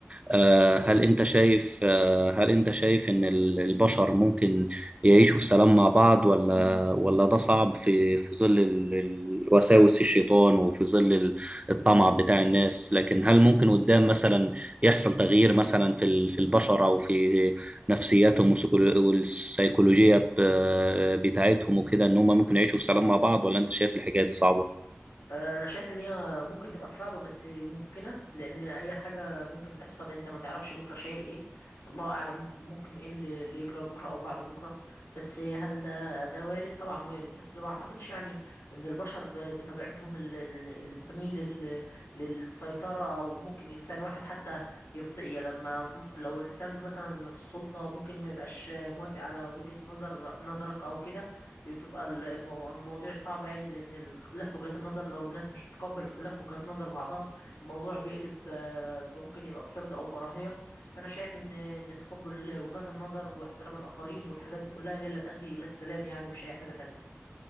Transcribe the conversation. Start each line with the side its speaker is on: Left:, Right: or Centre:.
Right: آه، هل انت شايف آه، هل انت شايف ان ال- البشر ممكن يعيشوا في سلام مع بعض ولا ولا ده صعب في في ظل ال- ال- وساوس الشيطان وفي ظل ال- الطمع بتاع الناس لكن هل ممكن قدام مثلا يحصل تغيير مثلا في ال- في البشر او في نفسياتهم والسيكولو- والسيكولوجية ب- بتاعتهم وكده ان هم ممكن يعيشوا في سلام مع بعض ولا انت شايف الحكاية دي صعبة؟
Left: آه، انا شايف ان هي ممكن تبقى صعبه بس ممكنه لان اي حاجه ممكن تحصل انت ما تعرفش بكره شايل ايه الله اعلم ممكن ايه اللي اللي يجرى بكره او بعد بكره بس هل ده ده وارد طبعا وارد بس ما اعتقدش يعني ان البشر ب- بطبيعتهم ال- ال- اللي بتميل لل للسيطره او ممكن انسان واحد حتى يمت... لما لو الانسان مثلا اللي في السلطه ممكن ما يبقاش موافق على وجهه نظر نظرك او كده بتبقى ال- المو... المواضيع صعبة يعني لأن الاختلاف في وجهات النظر لو الناس مش تتقبل اختلاف في وجهات نظر بعضها الموضوع بيقلب آه، ممكن يبقى بحقد أو كراهية فأنا شايف إن إن تقبل وجهات النظر واحترام الآخرين والحاجات دي كلها هي اللي هتؤدي إلى السلام يعني مش أي حاجة تانية